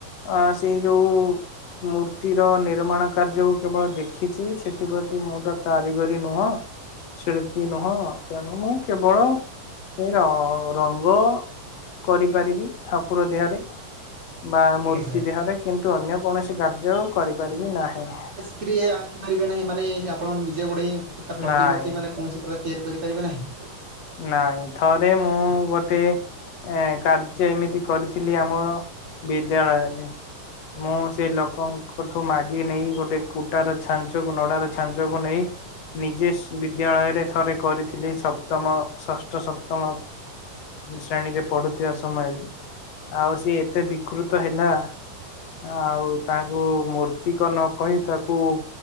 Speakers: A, on the left; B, on the right.
A: ଅ ସେଇ ଯୋଉ ମୂର୍ତ୍ତି ର ନିର୍ମାଣ କାର୍ଯ୍ୟକୁ କେବଳ ଦେଖିଛି ସେଥିପ୍ରତି ମୁଁ ତ କାରିଗରୀ ନୁହଁ ଶିଳ୍ପୀ ନୁହଁ ତେଣୁ ମୁଁ କେବଳ ସେଇ ର ରଙ୍ଗ କରିପାରିବି ଠାକୁର ଦେହରେ। ବା
B: ଆଜ୍ଞା
A: ମୂର୍ତ୍ତି
B: ସାର୍।
A: ଦେହରେ କିନ୍ତୁ ଅନ୍ୟ କୌଣସି କାର୍ଯ୍ୟ କରିପାରିବି ନାହିଁ।
B: ତ୍ରିରେ ଆଙ୍କି ପାରିବେ ନାହିଁ ମାନେ ଆପଣ ନିଜେ ଗୋଟେ ତାର ପ୍ରତିମୂର୍ତ୍ତି
A: ନାଇଁ
B: ମାନେ କୌଣସି ପୁରା ତିଆରି କରିପାରିବେ ନାହିଁ?
A: ନାଇଁ ଥରେ ମୁଁ ଗୋଟେ ଏଁ କାର୍ଯ୍ୟ ଏମିତି କରିଥିଲି ଆମ ବିଦ୍ୟାଳୟରେ। ମୁଁ ସେଇ ଲୋକଙ୍କଠୁ ମାଗି ନେଇ ଗୋଟେ କୁଟାର ଛାଞ୍ଚକୁ ନଡାର ଛାଞ୍ଚକୁ ନେଇ ନିଜେ ସ ବିଦ୍ୟାଳୟରେ ଥରେ କରିଥିଲି ସପ୍ତମ ଷଷ୍ଠ ସପ୍ତମ ଶ୍ରେଣୀରେ ପଢୁଥିବା ସମୟରେ ଆଉ ସିଏ ଏତେ ବିକୃତ ହେଲା। ଆଉ ତାଙ୍କୁ ମୂର୍ତ୍ତିକ ନ କହି ତାକୁ